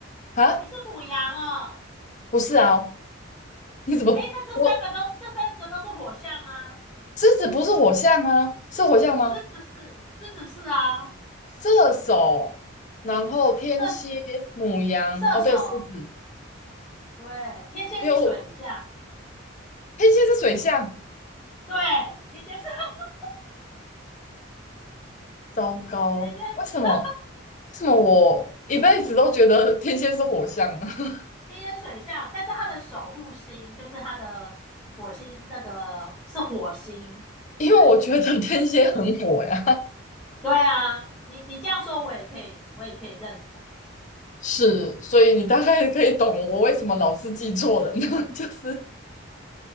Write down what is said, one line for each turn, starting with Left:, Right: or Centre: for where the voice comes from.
Left: 啊，
Centre: 你是母羊哦，
Left: 不是啊，你怎么？
Centre: 哎，那这三个都，
Left: 我？
Centre: 这三个都是火象啊，
Left: 狮子不是火象啊，是火象吗？
Centre: 狮子是，狮子是啊，
Left: 射手，然后天蝎、
Centre: 射
Left: 母羊，
Centre: 射手，
Left: 哦，对，狮子，
Centre: 对，天蝎是水象，
Left: 因为我天蝎是水象，
Centre: 对，天蝎是 <laughs>
Left: 糟糕，
Centre: 天蝎是
Left: 为什么？为什么我一辈子都觉得天蝎是火象呢？<laughs>
Centre: 天烟水象，但是他的守护星就是他的火星，那个是火星。
Left: 因为我觉得天蝎很火呀，
Centre: 对对啊，你你这样说，我也可以，我也可以认同。
Left: <laughs> 是，所以你大概可以懂我为什么老是记错人，<laughs> 就是